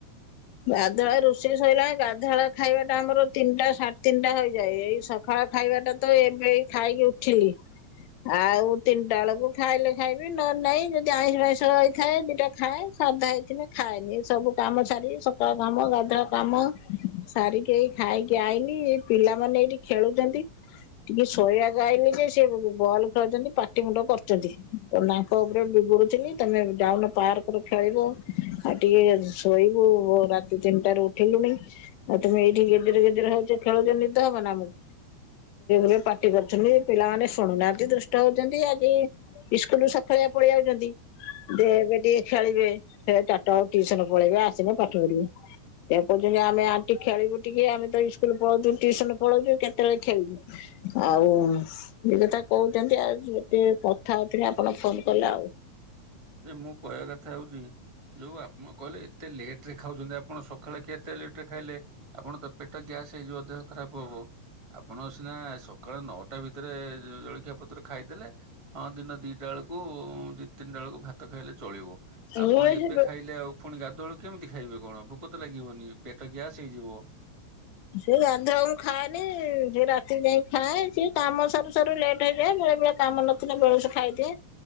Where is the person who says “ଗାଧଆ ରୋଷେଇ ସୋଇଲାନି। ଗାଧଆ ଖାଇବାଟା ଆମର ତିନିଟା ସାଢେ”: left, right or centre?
Left